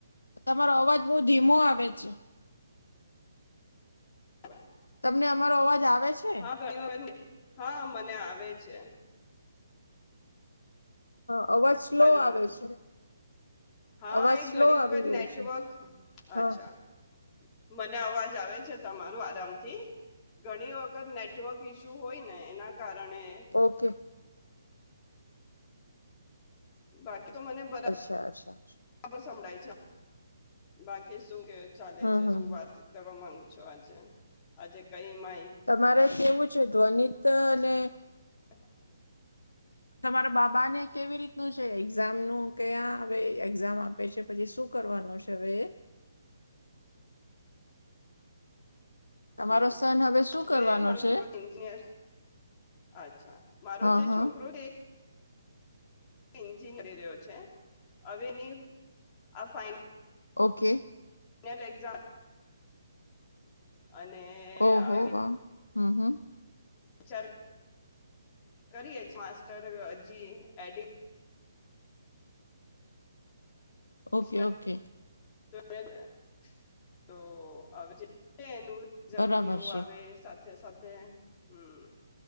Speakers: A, on the left; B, on the left.
A: તમારો અવાજ બહ ધીમો આવે છે.
B: બ <inaudible>
A: તમને અમારો અવાજ આવે છે?
B: હા. ઘણી વગર ને <unintelligible> હા, મને આવે છે.
A: હા. અવાજ સ્લો
B: હલો
A: આવે છે.
B: હા
A: અવાજ
B: એ
A: સ્લો
B: ઘણી
A: આવી
B: વખત
A: રહ્યો
B: નેટવર્ક
A: છે.
B: અચ્છા
A: હા.
B: મને અવાજ આવે છે તમારું આરામથી. ઘણી વખત નેટવર્ક ઈસ્યુ હોય ને, એના કારણે ત્રણે
A: ઓકે
B: બાકી <unintelligible> તો, મને બરા
A: અચ્છા અચ્છા
B: બરાબર સંભળાય છે. બાકી શું? કે ચાલે
A: હમ
B: છે.
A: હમ
B: શું
A: હમ
B: વાત કરવા માંગ આજે આજે કઈ મા
A: તમારે કેવું છે, ધ્વનિ તો ને
B: <inaudible>
A: તમારો બાબાને કેવી રીતનું છે, એક્ઝામનું કે આ હવે એ એક્ઝામ આપે છે, પછી શું. શું, કરવાનો છે, હવે એ.
B: <inaudible>
A: તમારો
B: હમ
A: સન શું
B: હવે
A: કરવાનો
B: મારો
A: છે?
B: છોકરો એન્જિનયર અચ્છા મારો
A: હા
B: જે
A: હા
B: છોકરો છે <unintelligible> કરી રહ્યો છે, હવેની આ ફન
A: ઓકે.
B: <unintelligible> એક્ઝામ. અને
A: ઓહો
B: હવે
A: વાહ હમ હમ.
B: વિચાર કરીએ છે, માસ્ટર હજી એડિટ એડિશનલ
A: ઓકે ઓકે.
B: <unintelligible> તો આવે જે છે, એનું રિઝલ્ટ
A: બરાબર
B: કેવું
A: છે
B: આવે, સ સાથે સાથે હમ્મ